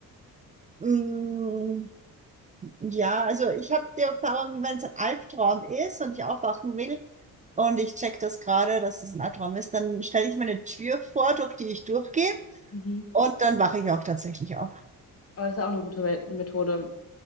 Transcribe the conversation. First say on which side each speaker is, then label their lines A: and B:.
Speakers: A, on the right; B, on the left.
A: mm. Ja, also ich habe die Erfahrung, wenn es ein Albtraum ist und ich aufwachen will und ich check das gerade, dass es ein Albtraum ist, dann stelle ich mir eine Tür vor, durch die ich durchgehe
B: Mhm.
A: und dann wache ich auch tatsächlich auf.
B: Aber das ist ja auch eine gute Me- Methode.